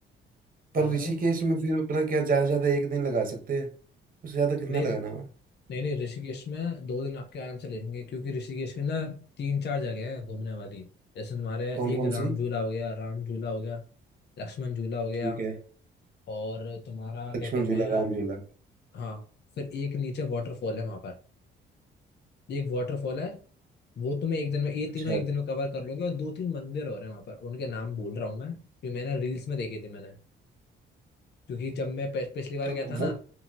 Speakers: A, on the left; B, on the right.
A: हाँ
B: पर
A: बताओ
B: ऋषिकेश में फिर अपना क्या ज़्यादा से ज़्यादा एक दिन लगा सकते हैं उससे ज़्यादा कितना
A: नहीं
B: लगाना हुआ
A: नहीं नहीं ऋषिकेश में दो दिन आपके आराम से लेंगे क्योंकि ऋषिकेश में ना तीन चार जगह है घूमने वाली जैसे तुम्हारे
B: कौन
A: एक
B: कौन
A: राम
B: सी
A: झूला हो गया राम झूला हो गया लक्ष्मण झूला हो गया
B: ठीक है
A: और तुम्हारा
B: लक्ष्मण
A: क्या कहते
B: झूला
A: हैं
B: राम झूला
A: हाँ फिर एक नीचे वाटरफॉल है वहां पर एक वाटरफॉल है वो तुम्हें एक दिन में ये
B: अच्छा
A: तीनों एक दिन में कवर कर लोगे और दो तीन मंदिर और हैं वहां पर उनके नाम भूल रहा हूँ मैं क्योंकि मैंने रील्स में देखी थी मैंने क्योंकि जब मैं पिछ- पिछली बार
B: तो
A: गया था ना
B: वो